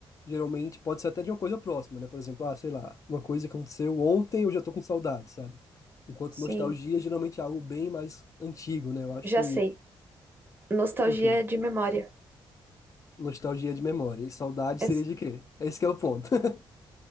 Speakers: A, on the left; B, on the right.
A: geralmente, pode ser até de uma coisa próxima, né? Por exemplo, ah, sei lá, uma coisa que aconteceu ontem, eu já tô com saudade, sabe? Enquanto
B: Sim,
A: nostalgia, geralmente é algo bem mais antigo, né? Eu acho
B: já
A: que,
B: sei. Nostalgia
A: o quê?
B: de memória.
A: Nostalgia é de memória. E saudade
B: É...
A: seria de quê? Esse que é o ponto. <laughs>